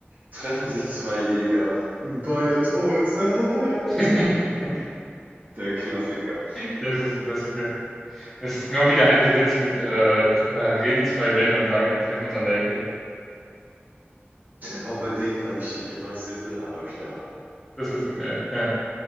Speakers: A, on the right; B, in the centre.
A: Treffen sich zwei Jäger, beide tot. <laughs>
B: <laughs>
A: Der Klassiker.
B: Das ist ein Klassiker. Das ist genau wie der eine Witz mit äh, tr- äh, reden zwei Wände und sagen, wir treffen uns an der Ecke.
A: Aber den fand ich schon immer simpel, aber clever.
B: Das ist ein, ja, ja.